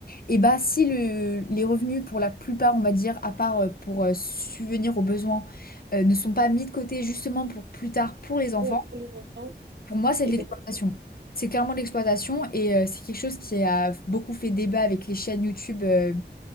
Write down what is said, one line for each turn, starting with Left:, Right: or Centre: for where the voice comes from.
Left: et bah si le- les revenus pour la plupart, on va dire, à part euh, pour euh, subvenir aux besoins, euh, ne sont pas mis de côté justement pour plus tard pour les enfants,
Right: Ouais, pour les enfants.
Left: pour moi c'est
Right: Et
Left: de l'exploitation.
Right: ben,
Left: C'est clairement de l'exploitation et euh, c'est quelque chose qui a beaucoup fait débat avec les chaînes YouTube euh,